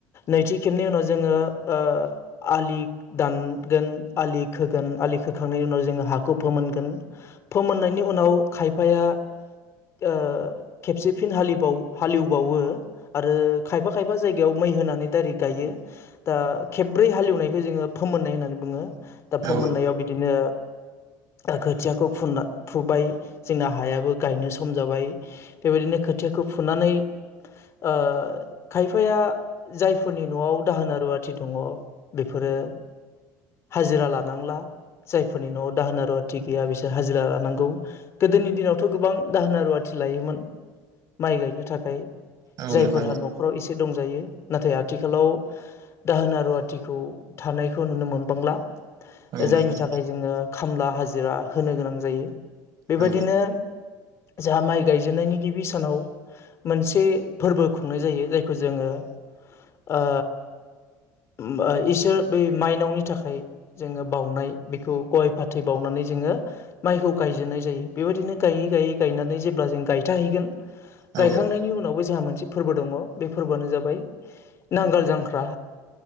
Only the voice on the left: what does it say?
नैथि खेबनि उनाव जोङो ओ आलि दानगोन आलि खोगोन आलि खोखांनायनि उनाव जोङो हाखौ फोमोनगोन। फोमोननायनि उनाव खायफाया ओ। खेबसे फिन हालिबावो हालेवबावो आरो खायफा खायफा जायगायाव मै होनानै दाइरेक्ट गायो। दा खेब्रै हालेवनायखो जोङो फोमोननाय होननानै बुङो। दा
फोमोननायाव बिदिनो ओ खोथियाखौ फुनना फुबाय जोंना हायाबो गायनो सम जाबाय। बेबायदिनो खोथियाखौ फुनानै आ खायफाया जायफोरनि न'आव दाहोना रुवाथि दङ। बेफोरो हाजिरा लानांला जायफोरनि न'आव दाहोना रुवाथि गैया बिसोर हाजिरा लानांगौ। गोदोनि दिनावथ' गोबां दाहोना रुवाथि लायोमोन माइ गायनो थाखाय।
जायफोरहा
न'खाव इसे से दंजायो नाथाय आथिखालाव दाहोन रुवाथिखौ थानायखौ नुनो मोनबांला
जायनि
थाखाय जोङो खामला हाजिरा होनो गोनां जायो। बेबादिनो
जा माइ गायजेननायनि गिबि सानाव मोनसे फोरबो खुंनाय जायो जायखौ जोङो आ। उम आ इसोर बै माइनावनि थाखाय जोङो बावउनाय बेखौ गय फाथै बावनानै जोंङो माइखौ गायजेननाय जायो। बेबायदिनो गायै गायै गायनानै जेब्ला जों गाय था हैगोन
गायखांनायनि उनावबो जाहा मोनस से फोर्बो दङ। बे फोर्बोयानो जाबाय नांगोल जांख्रा।